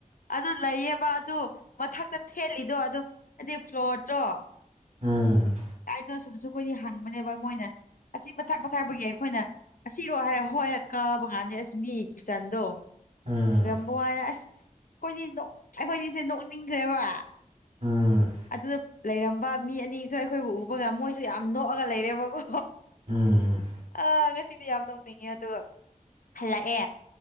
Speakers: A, on the left; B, on the right.
A: ꯑꯗꯨ ꯂꯩꯌꯦꯕ ꯑꯗꯨ ꯃꯊꯛꯇ ꯊꯦꯠꯂꯤꯗꯣ ꯑꯗꯨ ꯍꯥꯏꯗꯤ ꯐ꯭ꯂꯣꯔꯗꯣ
B: ꯎꯝ
A: ꯀꯥꯏꯅꯣ ꯁꯨꯝꯁꯨ ꯑꯩꯈꯣꯏꯅꯤ ꯍꯪꯕꯅꯦꯕ ꯃꯣꯏꯅ ꯑꯁꯤ ꯃꯊꯥꯛ ꯃꯊꯥꯄꯒꯤ ꯑꯩꯈꯣꯏꯅ ꯑꯁꯤꯔꯣ ꯍꯥꯏꯔ ꯍꯣꯏ ꯀꯥꯕ ꯀꯥꯟꯗ ꯑꯁ ꯃꯤ ꯀꯤꯠꯆꯟꯗꯣ
B: ꯎꯝ
A: ꯋꯥꯏ ꯑꯁ ꯑꯩꯈꯣꯏꯅꯤ ꯑꯩꯈꯣꯏꯅꯤꯁꯦ ꯅꯣꯛꯅꯤꯡꯈ꯭ꯔꯦꯕ
B: ꯎꯝ
A: ꯑꯗꯨꯗ ꯂꯩꯔꯝꯕ ꯃꯤ ꯑꯅꯤꯁꯨ ꯑꯩꯈꯣꯏꯕꯨ ꯎꯕꯒ ꯃꯣꯏꯁꯨ ꯌꯥꯝ ꯅꯣꯛꯑꯒ ꯂꯩꯔꯦꯕꯀꯣ
B: ꯎꯝ
A: ꯑ ꯉꯁꯤꯗꯤ ꯌꯥꯝ ꯅꯣꯛꯅꯤꯡꯉꯦ ꯑꯗꯨꯒ ꯍꯜꯂꯛꯑꯦ